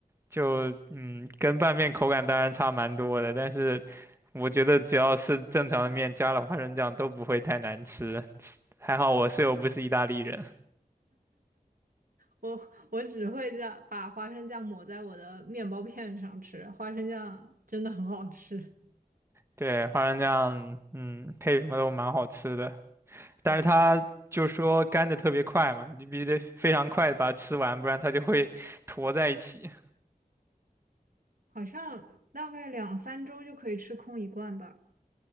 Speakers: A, on the right; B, on the right.
A: 就嗯，跟拌面口感当然差蛮多的，但是我觉得只要是正常的面，加了花生酱都不会太难吃。还好我室友不是意大利人，
B: 我我只会这样把花生酱抹在我的面包片上吃，花生酱真的很好吃。
A: 对，花生酱，嗯，配什么都蛮好吃的。但是它就说干的特别快嘛，
B: 嗯。
A: 你必须得非常快的把它吃完，不然它就会 <laughs> 坨在一起。
B: 好像大概两三周就可以吃空一罐吧。